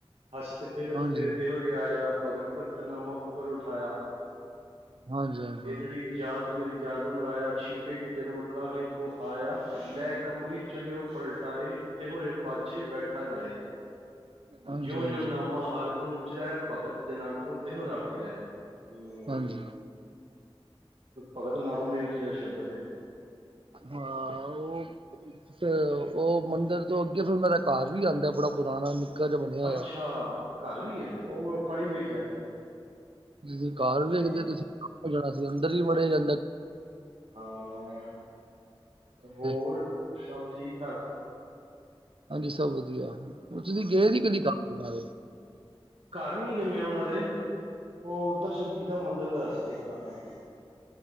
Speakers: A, on the right; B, on the right.
A: ਹਸਤ ਖੇਲਤ
B: ਹਾਂਜੀ
A: ਤੇਰੇ ਦੇਹੁਰੇ ਆਇਆ, ਭਗਤ ਕਰਤ ਨਾਮਾ ਪਕਰ ਉਠਾਇਆ।
B: ਹਾਂਜੀ ਹਾਂਜੀ
A: ਹੀਨੜੀ ਜਾਤ, ਮੇਰੀ ਜਾਦਮ ਰਾਇਆ, ਛਿਪੇ ਕੇ ਜਨਮ ਕਾਹੇ ਕੋ ਆਇਆ, ਲੈ ਕਮਲੀ ਚਲਿਓ ਪਲਟਾਇ, ਦੇਹੁ ਪਾਛੈ, ਬੈਠਾ ਜਾਏ।
B: ਹਾਂਜੀ
A: ਜਿਉ
B: ਹਾਂਜੀ
A: -ਜਿਉ
B: ਹਾਂਜੀ
A: ਨਾਮਾ, ਹਰਿ ਗੁਣ ਉਚਰੈ। ਭਗਤ ਜਨਾਂ ਕਉ ਦੇਹੁਰਾ ਫਿਰੈ, ਹਮ
B: ਹਾਂਜੀ
A: ਭਗਤ ਨਾਮਦੇਵ ਜੀ, ਦਾ ਸ਼ਬਦ ਹੈ।
B: ਹਾਂ, ਉਹ ਤੇ ਉਹ ਮੰਦਿਰ ਤੋਂ ਅੱਗੇ, ਫਿਰ ਉਹਨਾਂ ਦਾ ਘਰ ਵੀ ਆਉਂਦਾ, ਬੜਾ ਪੁਰਾਣਾ ਜਿਹਾ ਬਣਿਆ
A: ਅੱਛਾ,
B: ਹੋਇਆ।
A: ਘਰ ਵੀ ਹੈ, ਉਹ ਆਪਾਂ ਨੀ ਵੇਖਿਆ।
B: ਤੁਸੀਂ ਘਰ
A: ਹਾਂ
B: ਵੇਖਦੇ, ਤੁਸੀਂ ਜਾਣਾ ਸੀ, ਅੰਦਰ ਵੀ ਹੀ ਬੜੇ ਜਾਂ
A: ਹਾਂ ਹੋਰ
B: <unintelligible>
A: ਸਭ ਠੀਕ ਠਾਕ
B: ਹਾਂਜੀ, ਸਭ ਵਧੀਆ ਹੁਣ ਤੁਸੀਂ ਗਏ ਨੀ ਕਦੀ ਘਰ ਉਹਨਾਂ ਦੇ
A: ਘਰ ਨੀ ਗਿਆ ਮੈ, ਉਹਨਾਂ ਦੇ ਉਹ, ਦਰਸ਼ਨ ਕੀਤਾ ਮੰਦਿਰ ਦਾ ਅਸੀਂ, ਹਾਂ।